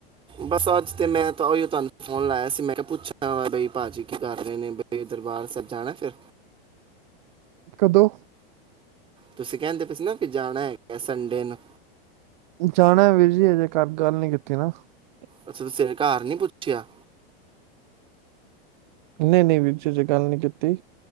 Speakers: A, on the right; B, on the right.
A: ਬਸ ਅੱਜ ਤੇ ਮੈਂ ਤਾਂ ਉਹੀ ਤੁਹਾਨੂੰ ਫੋਨ ਲਾਇਆ ਸੀ। ਮੈਂ ਕਿਹਾ ਪੁੱਛਾਂ ਬਈ ਭਾਜੀ ਕੀ ਕਰ ਰਹੇ ਨੇ। ਬਈ ਦਰਬਾਰ ਸਾਹਿਬ ਜਾਣਾ ਫਿਰ?
B: ਕਦੋਂ
A: ਤੁਸੀਂ ਕਹਿੰਦੇ ਪਏ ਸੀ ਨਾ ਕਿ ਜਾਣਾ ਹੈਗਾ ਸੰਡੇ ਨੂੰ
B: ਜਾਣਾ ਵੀਰ ਜੀ ਅਜੇ ਘਰ ਗੱਲ ਨੀ ਕੀਤੀ। <unintelligible>
A: ਅੱਛਾ ਤੁਸੀਂ ਹਜੇ ਘਰ ਨੀ ਪੁੱਛਿਆ?
B: ਨਹੀਂ-ਨਹੀਂ ਵੀਰ ਜੀ, ਹਜੇ ਗੱਲ ਨਹੀਂ ਕੀਤੀ।